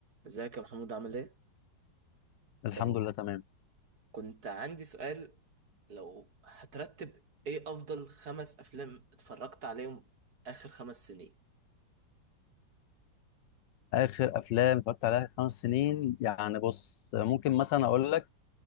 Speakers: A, on the right; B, on the left.
A: ازيك يا محمود عامل ايه؟
B: الحمد
A: آه،
B: لله تمام
A: كنت عندي سؤال لو هترتب ايه افضل خمس افلام اتفرجت عليهم اخر خمس سنين
B: اخر افلام اتفرجت عليها خمس سنين يعني بص ممكن مثلا اقول لك